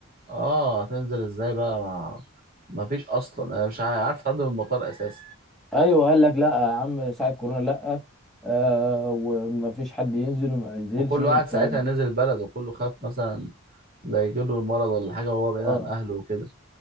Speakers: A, on the right; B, in the centre.
A: اه هتنزل ازاي بقى ما ما فيش اصلا انا مش عارف تعدي من المطار اساسا
B: ايوه قال لك لا يا عم ساعه كورونا لا آه وما فيش حد ينزل وما ينزلش
A: وكل
B: والكلام
A: واحد ساعتها
B: ده
A: نزل بلد وكله خاف مثلا لا يجيله المرض ولا حاجه وهو بعيد عن
B: اه
A: اهله وكده